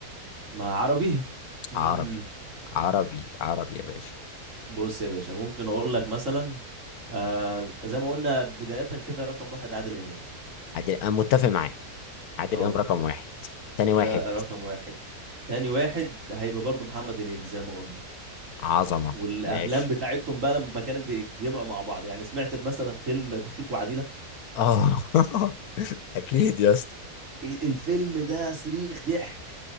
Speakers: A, on the right; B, on the left.
A: مع عربي مم.
B: عربي عربي عربي يا باشا
A: بص يا باشا ممكن اقول لك مثلا آه زي ما قلنا بداية كده رقم واحد عادل امام
B: عادل انا متفق معاك عادل
A: اه
B: امام رقم واحد تاني واحد
A: ده رقم واحد تاني واحد هيبقى برضو محمد هنيدي زي ما قلنا
B: عظمه
A: والافلام
B: ماشي
A: بتاعتهم بقى لما كانوا بيتجمعوا مع بعض يعني سمعت مثلا فيلم بخيت وعديلة
B: اه <laughs> اكيد يا اسطى
A: ال- الفيلم ده صريخ ضحك